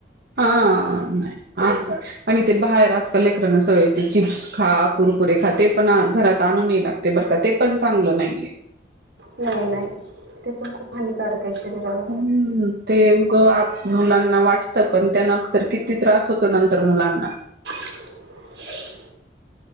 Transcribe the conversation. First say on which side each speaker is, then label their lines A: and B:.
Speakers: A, on the right; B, on the right.
A: आ नाही आजच आणि ते बाहेर आजकाल लेकरांना सवय ते चिप्स खा कुरकुरे खा ते पण घरात आणू नये ते बरं का ते पण चांगलं नाहीये
B: नाही नाही ते पण खप हानिकारक आहे शरीराला
A: हम्म ते उगं मुलांना वाटतं पण त्यान तरर किती त्रास होतो नंतर मुलांना
B: ह